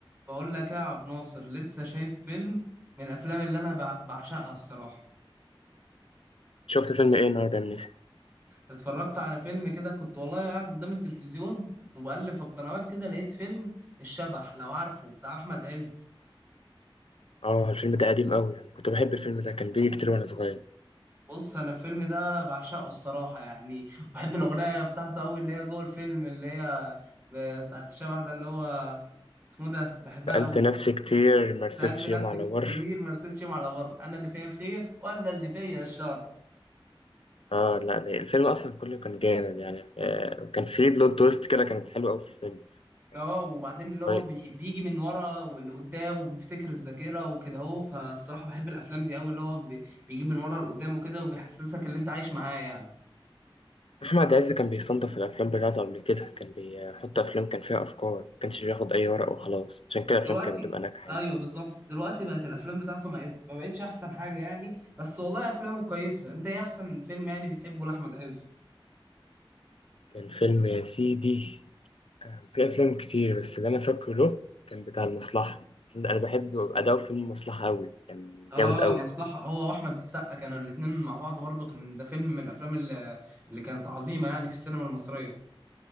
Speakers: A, on the right; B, on the left.
A: بقول لك ايه يا عبد ناصر لسه شايف فيلم من الافلام اللي انا بع- بعشقها الصراحه
B: شفت فيلم ايه النهارده يا منيسي؟
A: اتفرجت على فيلم كده كنت والله قاعد قدام التلفزيون وبقلب في القنوات كده لقيت فيلم الشبح لو عارفه بتاع احمد عز
B: اه الفيلم ده قديم قوي يعني كنت بحب الفيلم ده كان بيجي كتير وانا صغير
A: بص انا الفيلم ده بعشقه الصراحه يعني بحب الاغنيه بتاعته قوي اللي هي جوه الفيلم اللي هي بتاعت الشبح ده اللي هو اسمه ده بحبها
B: سألت
A: قوي
B: نفسي كتير ما
A: سألت
B: رستش
A: نفسي
B: يوم على
A: كتير
B: ور
A: ما رستش على بره انا اللي فيا الخير ولا اللي فيا الشر
B: اه لا لا، الفيلم اصلا كله كان جامد يعني آه كان فيه بلوت تويست كده كانت حلوه قوي في الفيلم
A: اه
B: آه،
A: وبعدين اللي هو
B: طيب
A: بي بيجي من ورا واللي قدام وبيفتكر الذاكرة وكده هو فالصراحة بحب الأفلام دي أوي اللي هو بي بيجيب من ورا لقدام وكده وبيحسسك اللي أنت عايش معاه يعني
B: احمد عز كان بيصنف الافلام بتاعته قبل كده كان بيحط افلام كان فيها افكار ما كانش بياخد اي ورق وخلاص عشان كده الافلام
A: دلوقتي
B: كانت بتبقى ناجحه
A: أيوه
B: يعني
A: بالظبط دلوقتي بقت الأفلام بتاعته ما عد- ما بقتش أحسن حاجة يعني بس والله أفلامه كويسة أنت إيه أحسن فيلم يعني بتحبه لأحمد عز؟
B: كان فيلم يا سيدي كان في أفلام كتير بس اللي أنا فاكره له كان بتاع المصلحة أنا بحب أداء فيلم المصلحة أوي كان
A: اه
B: جامد أوي
A: المصلحة هو وأحمد السقا كانوا الاتنين مع بعض برضه كان ده فيلم من الأفلام اللي, اللي كانت عظيمة يعني في السينما المصرية